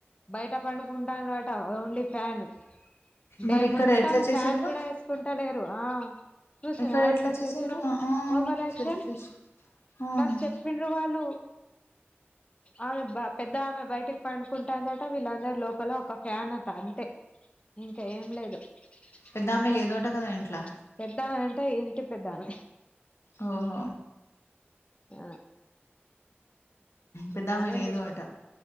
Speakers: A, on the left; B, on the left.
A: బయట పడుకుంటాలట ఓన్లీ ఫ్యాన్ డే
B: మరి ఇక్కడ
A: మొత్తం
B: ఎట్లా చేసిండ్రు
A: ఫ్యాన్ కూడా ఎసుకుంట లేరు ఆ చూసిన
B: ఇక్కడ
A: ఎట్లా
B: చేసిండ్రు
A: చేసిండో ఓవర్ యాక్షన్
B: సెల్ఫిష్ అవును
A: నాకు చెప్పిన్ డ్రు వాళ్ళు ఆమె బా పెద్ద ఆమె బయటకి పండుకుంటాందట వీళ్ళందరు లోపల ఒక ఫ్యాన్ అట అంతే ఇంకా ఏం లేదు
B: పెద్దామె
A: అట్లానే
B: లేదోట కదా ఇంట్లా
A: పెద్దామె అంటే ఇంటి పెద్దామె
B: ఓహో
A: అ
B: పెద్దామె
A: ఆమె లేదు
B: అట